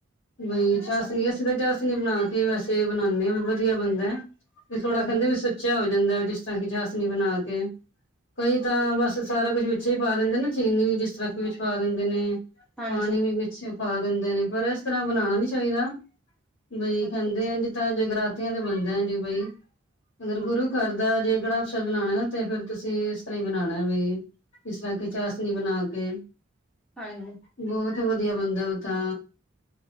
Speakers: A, on the left; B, in the centre.
A: ਬਈ
B: ਅੱਛਾ
A: ਚਾ‌‌‍‍‌‍‌‌‍ਸ਼ਨੀ ਅਸੀਂ ਤਾਂ ਚਾਸ਼ਨੀ ਬਣਾ ਕੇ ਵੈਸੇ ਬਣਾਉਾਨਦੇ ਹਾਂ, ਵੀ ਵਧੀਆ ਬਣਦਾ ਵੀ ਥੋੜਾ
B: ਹਾਂਜੀ
A: ਕਹਿੰਦੇ ਵੀ ਸੁੱਚਾ ਹੋ ਜਾਂਦਾ ਜਿਸ ਤਰ੍ਹਾਂ ਕਿ ਚਾਸ਼ਨੀ ਬਣਾ ਕੇ। ਕਈ ਤਾਂ ਬਸ ਸਾਰਾ ਕੁਛ ਵਿੱਚ ਹੀ ਪਾ ਦਿੰਦੇ ਨਾ ਚੀਨੀ ਜਿਸ ਤਰਾਂਕੇ ਵਿੱਚ ਪਾ ਦਿੰਦੇ ਨੇ।
B: ਹਾਂਜੀ
A: ਪਾਣੀ ਵੀ ਵਿੱਚ ਪਾ ਦਿੰਦੇ ਨੇ ਪਰ ਇਸ ਤਰਾਂ ਬਣਾਉਣਾ ਨੀ ਚਾਹੀਦਾ। ਬਈ
B: ਅੱਛਾ
A: ਖਾਂਦੇ
B: ਅੱਛਾ
A: ਐਂਜ ਤਾਂ ਜਗਰਾਤੀਆਂ ਤੇ ਬਣਦਾ ਐਂਜ ਬਈ। ਅਗਰ ਗੁਰੂ ਘਰ ਦਾ ਜੇ ਕੜਾਹ ਪ੍ਰਸ਼ਾਦਿ ਬਣਾਉਣਾ ਨਾ ਤੇ ਫੇਰ ਤੁਸੀਂ ਇਸ ਤਰ੍ਹਾਂ ਹੀ ਬਣਾਉਣਾ ਬਈ। ਇਸ ਤਰਾਂ ਕਿ ਚਾਸਨੀ ਬਣਾ ਕੇ।
B: ਹਾਂਜੀ।
A: ਬਹੁਤ ਵਧੀਆ ਬੰਦਾ ਉਹ ਤਾਂ।